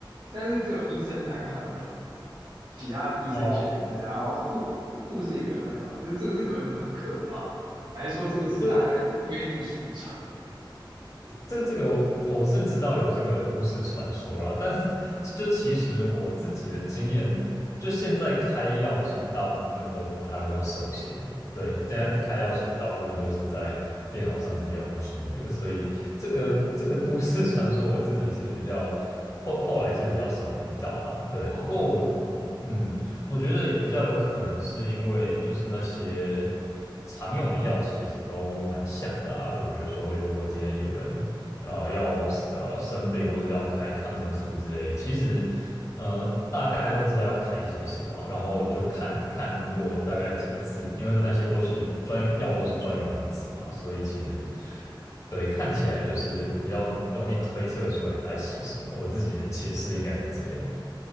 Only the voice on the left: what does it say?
哦，
这个。这个这个我我是知道有这个都市传说啦，但是就其实我自己的经验，就现在开药其实大部分都不太会用手写，<laughs> 对，现在开药其实大部分都是在电脑上直接用
key 的，所以这个这个都市传说我自己是比较后后来是比较少遇到啦，对，
不过我自己嗯。我觉得比较有可能是因为就是那些常用的药其实都蛮像的啊，就比如说，如果今天有人呃要呃生病或者要开抗生素之类的其实呃大概都知道要开些什么啊然后就看看如果大概几个字，因为那些都是专有药都是专有名词嘛，所以其实
对看起来就是比较容易推测出来他在写什么。我自己的解释应该是这样。